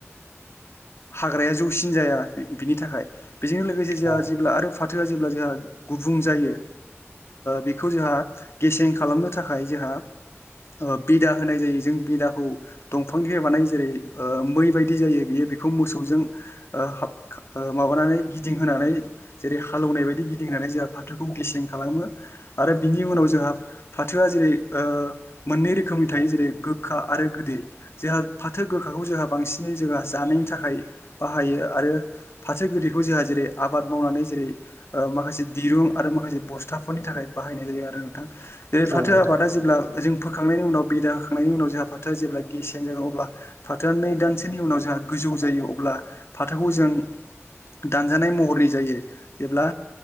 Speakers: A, on the left; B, on the right.
A: ह ज बिनि थाखाय बेजों लोगोसे जोंहा
B: औ
A: जेब्ला आरो फाथोआ जेब्ला जोंहा गुबुं जायो। बेखौ जोंहा गेसें खालामनो थाखाय जोंहा <inaudible> बिदा होनाय जायो जों बिदाखौ दंफां बानाय जेरै मै बायदि जायो बे <inaudible> बेखौ मोसौजों ओ माबानानै गिदिंहोनानै जेरै हालेवनाय बायदि गिदिंहानै जोंहा फाथोखौ गिसिं <inaudible> खालामो आरो बिनि उनाव जोंहा फाथोआ जेरै मोननै रोखोमनि थायो जेरै गोखा आरो गोदै जोंहा फाथो गोखाखौ जोंहा बांसिनै जोंहा जानायनि थाखाय बाहायो आरो फाथो गोरदैखौ जोंहा जेरै आबाद मावनानै जेरै माखासे दिरुं आरो माखासे बस्थु फसाफोरनि थाखाय बाहायनाय जायो आरो नोंथांा जेरै फाथो
B: औ नोंथां औ नोंथां
A: आबादा जेब्ला जों <inaudible> होखांनायनि उनाव बिदा होखांनायनि उनाव जोंहा फाथोआ जेब्ला गेसें जागोन अब्ला फाथोआ नै दानसेोनि उन जों गोजौ जायो अब्ला फाथोखौ जों दानजानाय महरनि जायो जेब्ला